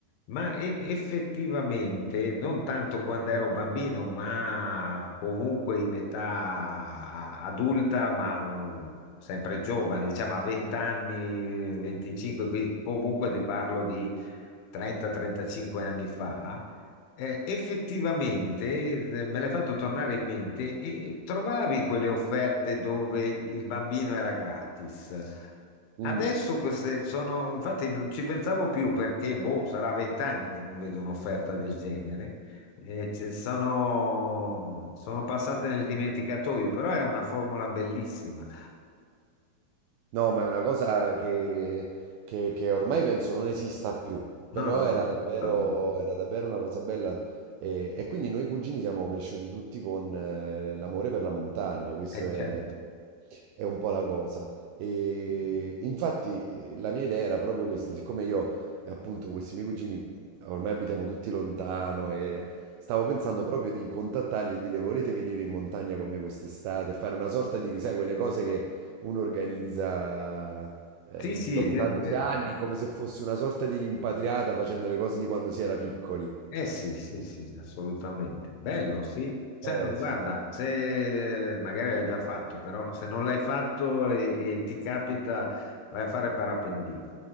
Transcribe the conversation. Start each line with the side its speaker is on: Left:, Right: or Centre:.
Left: Ma e- effettivamente, non tanto quando ero bambino, ma comunque in età a- adulta, ma mm, sempre giovane, diciamo a 20 anni, 25, quindi comunque ti parlo di 30-35 anni fa, eh, effettivamente eh, me l'hai fatto tornare in mente e trovavi quelle offerte dove il bambino era gratis.
Right: Mm.
Left: Adesso queste sono, infatti non ci pensavo più perché boh, sarà vent'anni che non vedo un'offerta del genere. Eh, ce- sono, sono passate nel dimenticatoio, però è una formula bellissima.
Right: No, ma è una cosa che, che- che ormai penso non esista più,
Left: No,
Right: però
Left: no,
Right: era davvero,
Left: assolutamente.
Right: era davvero una cosa bella e, e quindi noi cugini siamo cresciuti tutti con eh, l'amore per la montagna, questo
Left: Eh,
Right: è,
Left: certo.
Right: è un po' la cosa. E infatti eh, la mia idea era proprio questa, siccome io eh, appunto questi miei cugini ormai abitiamo tutti lontano
Left: Eh,
Right: e stavo pensando proprio di contattarli e dire volete venire in montagna con me quest'estate, e fare una sorta di, sai, quelle cose che uno organizza eh,
Left: Sì, sì,
Right: dopo
Left: è vero,
Right: tanti
Left: è vero.
Right: anni come se fosse una sorta di rimpatriata facendo le cose di quando si era piccoli.
Left: Eh sì, sì, sì, assolutamente. Bello, sì. Cioè,
Right: Eh
Left: guarda,
Right: sì.
Left: se magari l'hai già fatto, però se non l'hai fatto e, e ti capita, vai a fare parapendio.